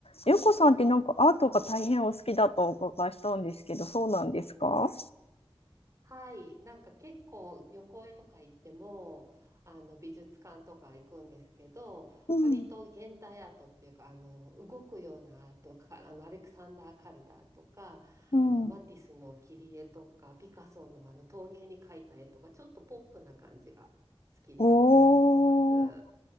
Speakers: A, on the left; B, on the right.
A: よこさんってなんかアートが大変お好きだとお伺いしたんですけど、そうなんですか
B: はい、なんか結構旅行とか行っても、あの美術館とか行くんですけど、
A: うん
B: 割と現代アートっていうか、あの動くようなアートか、あのアレクサンダー・カルダーとか、
A: うん。
B: あのマティスの切り絵とか、ピカソのあの陶芸に描いた絵とか、ちょっとポップな感じが好きでよく見に行ってます。
A: おー、